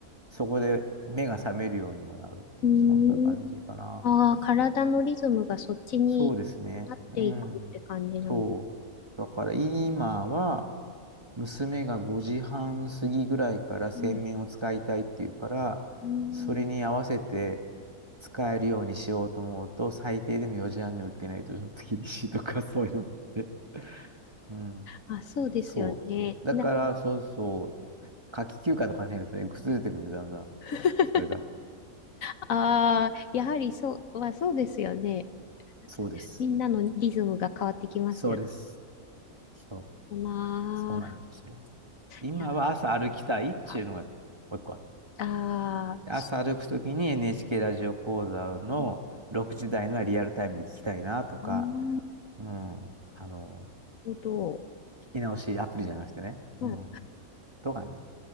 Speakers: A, on the right (about 20°); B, on the left (about 70°).
A: そこで目が覚めるようにもなるっていう、
B: うーん、
A: そんな感じかな。
B: ああ、体のリズムがそっちになっていくって感じなんです。
A: そうですね。うん。そう。だから、今は、娘が5時半過ぎぐらいから洗面を使いたいっていうから、
B: うん、うーん、
A: それに合わせて使えるようにしようと思うと、最低でも4時半に起きないとちょっと厳しいとか、そういうのもあって。うん。
B: あ、そうですよね。
A: そうそう。だから、
B: な、
A: そうそう、夏季休暇とかに入るとね、崩れてくんで、だんだん、
B: あ <laughs>
A: それが。
B: あ、やはりそう、まあ、そうですよね。
A: そうです。
B: みんなのリズムが変わってきますよ
A: そうです。そう、
B: ね。なあ。
A: そうなんですよ。今は朝歩きたいっていうのがもう一個あっ
B: いやああー、
A: て、朝歩くときに
B: そ
A: NHK ラジオ講座の6時台のはリアルタイムで聞きたいなとか、
B: ううんなる
A: うん、あの、
B: ほど。
A: 聞き直しアプリじゃなくてね、
B: まあ
A: うん、とかね、